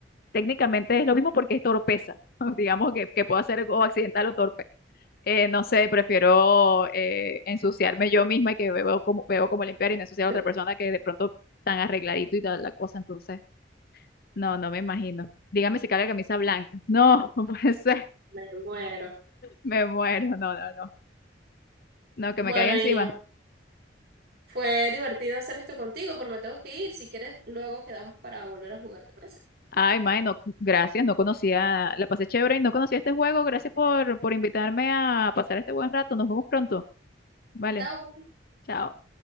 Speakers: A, on the left; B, on the right.
A: técnicamente es lo mismo porque es torpeza. <laughs> Digamos que, que puede ser o accidental o torpe. eh, no sé, prefiero eh, ensuciarme yo misma y que veo como, veo como limpiar y no ensuciar a
B: <laughs>
A: otra persona que de pronto tan arregladito y tal la cosa. Entonces, no, no me imagino. Dígame si cae la camisa blanca. No, <laughs> no puede ser.
B: Me muero.
A: Me muero. No, no, no. No, que
B: Bueno,
A: me caiga encima.
B: Irian, fue divertido hacer esto contigo, pero me tengo que ir. Si quieres, luego quedamos para volver a jugar, ¿te parece?
A: Ay, mae, no, gracias. No conocía, la pasé chévere y no conocía este juego. Gracias por, por invitarme a pasar este buen rato. Nos vemos pronto. Vale,
B: Chao.
A: chao.